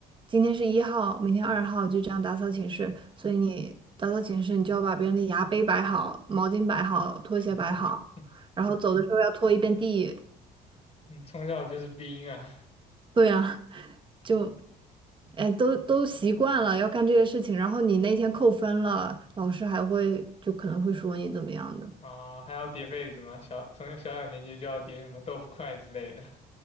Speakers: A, on the right (about 30°); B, on the left (about 40°).
A: 今天是一号，明天二号，就这样打扫寝室。所以你打扫寝室，你就要把别人的牙杯摆好，毛巾摆好，拖鞋摆好，
B: <laughs>
A: 然后走的时候要拖一遍地。
B: 你从小就是兵啊
A: 对啊，就，哎，都都习惯了要干这些事情，然后你那天扣分了，老师还会就可能会说你怎么样的。
B: 啊，还要叠被子吗？小从小小年纪就要叠什么豆腐块之类的。